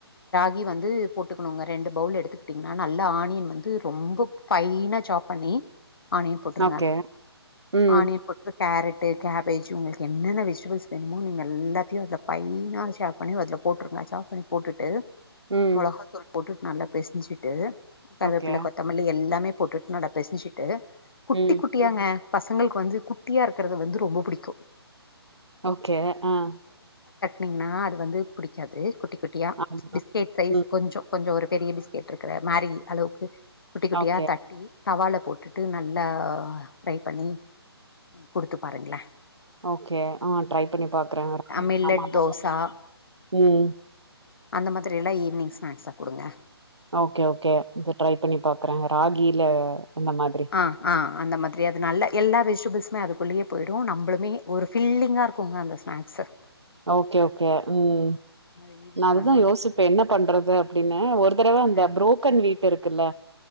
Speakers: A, on the left; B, on the right.
A: கி வந்து போட்டுக்குணுங்க ரெண்டு பவுல் எடுத்துட்டீங்னா நல்ல ஆனியன் வந்து ரொம்ப ஃபைனா சாப் பண்ணி ஆணியன் போட்டுருங்க
B: ஓகே. ம்.
A: ஆணியன் போட்டுரு கேரட்டு கேபேஜ் உங்களுக்கு என்னென்ன வெஜிடஃபுள்ஸ் வேணுமோ நீங்க எல்லாத்தையும் அதில் பைனாக ஷேர் பண்ணி அதுல போட்டுருங்க சாஃப் பண்ணி போட்டுட்டு
B: ம்.
A: மிளகாத்தூள் போட்டுட்டு நல்லா பெசஞ்சிட்டு கருவேப்பிள்ள
B: ஓகே.
A: கொத்தமல்லி எல்லாமே போட்டுட்டுன நல்ல பிசஞ்சுட்டு குட்டி
B: ம்.
A: குட்டியாங்க பசங்களுக்கு வந்து குட்டியா இருக்குறது வந்து ரொம்ப புடிக்கும்
B: ஓகே ஆஹ்
A: நீங்கன்னா அது வந்து பிடிக்காது குட்டி குட்டியா
B: ஆமா.
A: பிஸ்கெட் சைஸ்
B: ம்.
A: கொஞ்சம் கொஞ்சம் ஒரு பெரிய பிஸ்கட் இருக்கிற மாரி அளவுக்கு குட்டி குட்டியா
B: ஓகே.
A: தட்டி தவால போட்டுட்டு நல்லா ஃப்ரை பண்ணி குடுத்து பாாருங்களே
B: ஓகே ஆஹ் ட்ரை பண்ணி பாக்குறேன் ஆமா
A: மில்லட்
B: ஆமா
A: தோசா
B: ஆமா உம் உம்
A: அந்த மாதிரி எல்லாம் ஈவி்னிங் ஸ்நாக்ஸா குடுங்க
B: ஓகே ஓகே ட்ரை பண்ணி பாக்குறேன் ராகில அந்த மாதிரி.
A: ஆஹ் ஆஹ் அந்த மாதிரி அது நல்ல எல்லா விஷ புதுசுனா அதுக்குள்ளயே போயிடும் நம்மளுமே ஒரு ஃபில்லிங்கா இருக்குங்க அந்த ஸ்நாக்ஸ்ஸு
B: ஓகே ஓகே உம்
A: அது ஈவினிங்
B: நா வந்து
A: வந்த ஒடனே
B: யோசிப்பேன் என்ன பண்றது அப்படின்னு ஒரு தடவ அந்த
A: அ
B: புரோக்கன் வீட் இருக்குல்ல